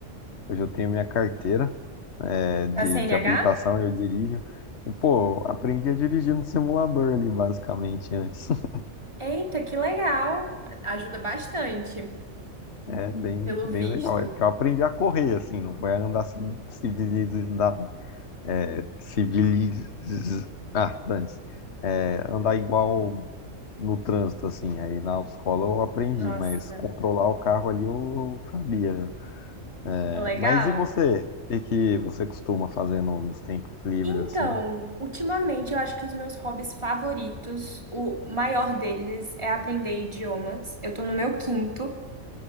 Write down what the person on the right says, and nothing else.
A CNH?
Eita, que legal! A- Ajuda bastante,
pelo
visto.
Nossa,
é legal.
Então,
ultimamente eu acho que os meus hobbies favoritos, o maior deles é aprender idiomas. Eu tô no meu quinto,